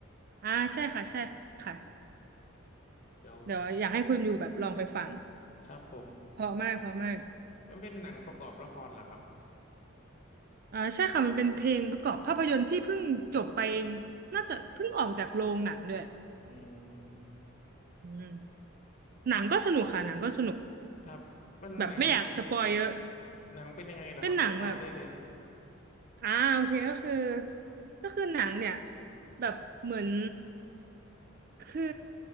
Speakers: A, on the right; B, on the left.
A: อ่าใช่ค่ะใช่ค่ะ
B: เดี๋ยว
A: เดี๋ยวอยากให้คุณอยู่แบบลองไปฟัง
B: ครับผม
A: เพราะมากเพราะมาก
B: มันเป็นหนังประกอบละครเหรอครับ
A: อ่าใช่ค่ะมันเป็นเพลงประกอบภาพยนตร์ที่เพิ่งจบไปเองน่าจะเพิ่งออกจากโรงหนังด้วย
B: อืม
A: อืมหนังก็สนุกค่ะหนังก็สนุก
B: ครับเป็นหนัง
A: แบบไม่อยากสปอยเยอะ
B: หนังเป็นยังไงเหรอครับสปอยได้เลย
A: เป็นหนังแบบอ่าโอเค ก็คือก็คือหนังเนี่ยแบบเหมือนคือ